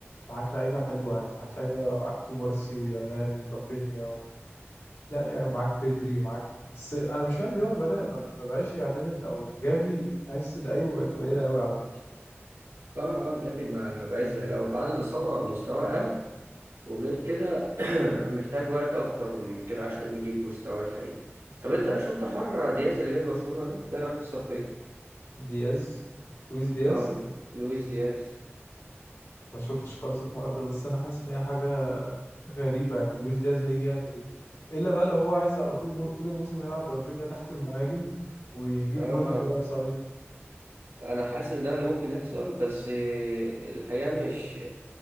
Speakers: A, on the left; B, on the right.
A: معاك لعيبة حلوة يعني معاك لعيبة معاك كوبارسي ويامال ورافينيا و... لا يعني ومعاك بدري ومعاك بس أنا مش فاهم ليه هو بدأ ما ما بقاش يعتمد أو جافي تحس ده أيوه بقت قليلة قوي على فكرة
B: اه اه جافي ما بقاش زي لو بعد الإصابة مستواه أقل وغير كده <clears throat> محتاج وقت أكتر من كده عشان يجيب مستواه الحقيقي طب أنت شفت حر دياز اللي جاي برشلونة ده؟ إيه رأيك في الصفقة دي؟
A: دياز لويس دياز
B: اه لويس دياز
A: ما شفتش خالص الحوار ده بس أنا حاسس إن هي حاجة غريبة يعني لويس دياز هيجي يعمل إيه إلا بقى لو هو عايز على طول مو... طول الموسم هيلعب برافينيا تحت المهاجم ويجيب
B: اه
A: وينج بقى صريح
B: أنا حاسس إن ده اللي ممكن يحصل بس الحقيقة مش